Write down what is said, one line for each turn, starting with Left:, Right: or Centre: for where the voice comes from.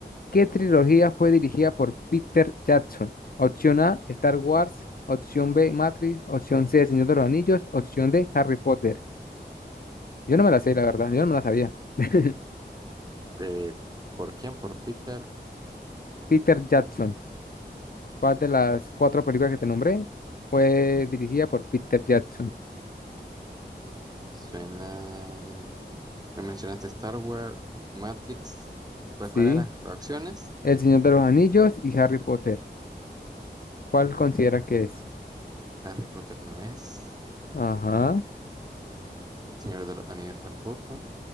Left: ¿Qué trilogía fue dirigida por Peter Jackson? Opción A, Star Wars. Opción B, Matrix. Opción C, El Señor de los Anillos. Opción D, Harry Potter. Yo no me
Right: Uf,
Left: la sé, la verdad. Yo no me la sabía. <laughs>
Right: eh, ¿por quién? Por Peter.
Left: Peter Jackson. ¿Cuál de las cuatro películas que te nombré fue dirigida por Peter Jackson?
Right: Suena. Me mencionaste Star Wars, Matrix. Pues,
Left: Sí.
Right: ¿cuáles eran las opciones?
Left: El Señor de los Anillos y Harry Potter. ¿Cuál
Right: Uf,
Left: consideras que es?
Right: Harry Potter no es.
Left: Ajá.
Right: Señor de los Anillos tampoco.